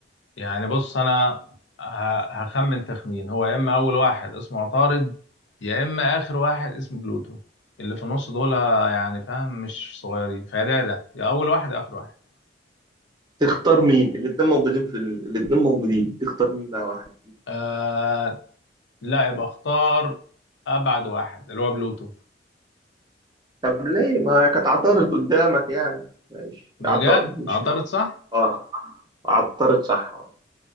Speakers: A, on the left; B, on the right.
A: يعني بص انا ه- هخمن تخمين هو يا اما اول واحد اسمه عطارد يا اما اخر واحد اسمه بلوتو اللي في النص دول يعني فاهم مش صغيرين فده ده يا اول واحد يا اخر واحد
B: تختار مين الاتنين موجودين في ال... الاتنين موجودين تختار مين بقى واحد
A: آه لا يبقى اختار ابعد واحد اللي هو بلوتو
B: طب ليه ما كانت عطارد قدامك يعني ماشي
A: بجد
B: عطارد مش
A: عطارد
B: بلون
A: صح
B: اه عطارد صح اه